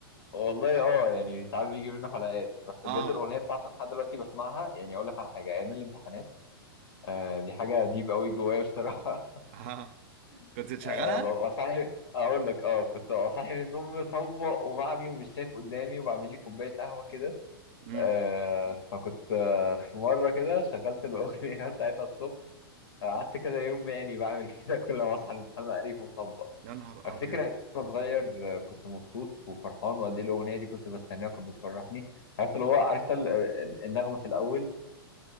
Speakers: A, on the left (about 85°); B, on the right (about 30°).
A: والله اه يعني ساعات بيجي منه حلقات بس
B: اه
A: بجد الاغنيه بتاعته لحد دلوقتي بسمعها يعني اقول لك على حاجه ايام الامتحانات آه دي حاجه ديب قوي جوايا بصراحه
B: اه
A: <laughs>
B: كنت تشغلها
A: آه ببقى صاحي اقول لك اه كنت ببقى صاحي من النوم مطبق ومعمي ومش شايف قدامي وبعمل لي كوبايه قهوه كده
B: امم
A: آه فكنت آه في مرة كده شغلت الأغنية <laughs> بتاعتها الصبح قعدت كذا يوم يعني بعمل كده <laughs> كل ما أصحى من الامتحان أقريف ومطبق
B: يا نهار
A: أفتكر
B: ابيض
A: قد إيه وأنا صغير آه، كنت مبسوط وفرحان وقد إيه الأغنية دي كنت بستناها وكانت بتفرحني عرفت اللي هو عرفت ال- آه، ال- النغمة في الأول